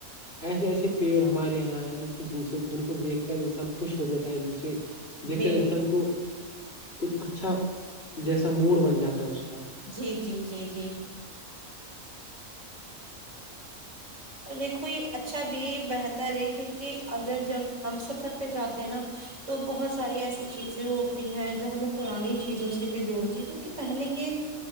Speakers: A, on the left; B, on the right.
A: ایسے ایسے پیڑ ہمارے یہاں ہے کہ جن سے جن کو دیکھ کر انسان خوش ہو جاتا ہے جن سے کہ دیکھ
B: بالکل
A: کر انسان کو کچھ اچھا جیسا موڈ بن جاتا ہے اس کا
B: جی جی جی جی اور دیکھو یہ اچھا بھی ہے یہ بہتر ہے کیونکہ اگر جب ہم سفر پہ جاتے ہیں نا تو بہت ساری ایسی چیزیں ہوتی ہیں جو ہمیں پرانی چیزوں سے بھی جوڑتی کیونکہ پہلے کے